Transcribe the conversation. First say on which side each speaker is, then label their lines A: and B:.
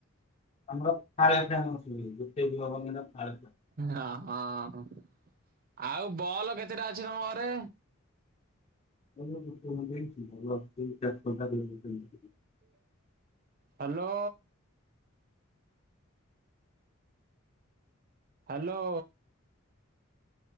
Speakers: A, on the left; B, on the right.
A: ଆମର ଫାଳେଖାନ ଶୁଭେଇ ଗୋଟେ ବି ହବନି ନା ଫାଳେ
B: ହଁ ହଁ ଆଉ ବଲ କେତେଟା ଅଛି ତମ ଘରେ?
A: <inaudible>
B: Hello. Hello.